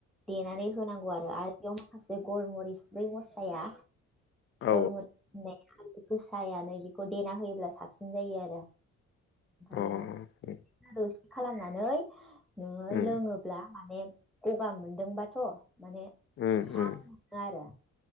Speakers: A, in the centre; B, on the left (about 45°).
A: देनानै होनांगौ आरो आरो बेयाव माखासे गलमरिस बै मस्लाया
B: औ
A: गलमुरा होननाय आलै गोसायानो बेखौ देना होयोब्ला साबसिन जायो आरो
B: औ अ
A: ओमफ्रायो
B: उम
A: दौसे खालामनानै नोङो
B: उम
A: लोङोब्ला माने गगा मोनदोंबाथ' माने
B: उम
A: स्रां
B: उम
A: मोनो आरो